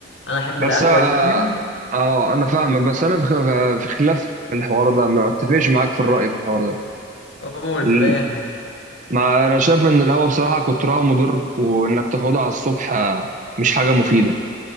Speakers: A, on the left; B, on the right.
A: انا احب
B: بس
A: القهوه
B: أه
A: دي فاهم
B: آه، أنا فاهمك بس أنا في خ- في خلاف في الحوار ده ما أتفقش معاك في الرأي في الحوار ده
A: قول
B: ال-
A: طب ايه
B: ما أنا شايف إن القهوة بصراحة كترها مضر وإنك تاخدها على الصبح آه، مش حاجة مفيدة